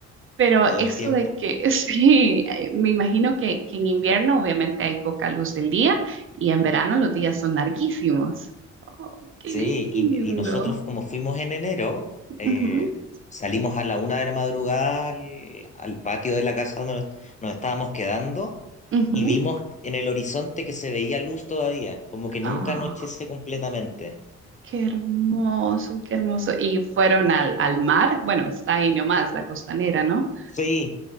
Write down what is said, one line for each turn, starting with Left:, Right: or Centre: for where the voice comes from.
Right: Pero
Left: todo
Right: eso
Left: el tiempo.
Right: de que, <laughs> sí, eh, me imagino que, que en invierno obviamente hay poca luz del día y en verano los días son larguísimos. Oh, qué
Left: Sí,
Right: lindo.
Left: y, y nosotros como fuimos en enero, eh,
Right: Ujú,
Left: salimos a la una de la madrugada al, al patio de la casa donde nos nos estábamos quedando
Right: ujú.
Left: y vimos en el horizonte que se veía luz todavía, como que
Right: Ah.
Left: nunca anochece completamente.
Right: Qué hermoso, qué hermoso. Y fueron al, al mar. Bueno, está ahí nomás, la costanera, ¿no?
Left: Sí,